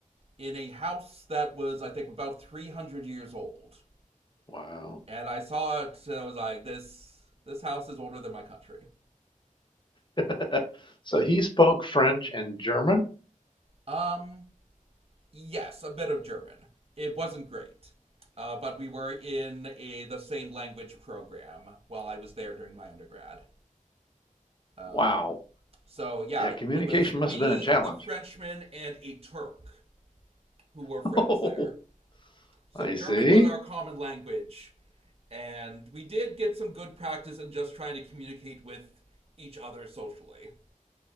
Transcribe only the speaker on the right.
in a house that was, I think, about 300 years old.
And I saw it and I was like, this this house is older than my country.
Um, Yes, a bit of German. It wasn't great. Uh, but we were in a, the same language program while I was there during my undergrad. Um,
so, yeah,
it was me,
the Frenchman, and a Turk who were
friends there. So,
German
was our common language. And we did get some good practice in just trying to communicate with each other socially.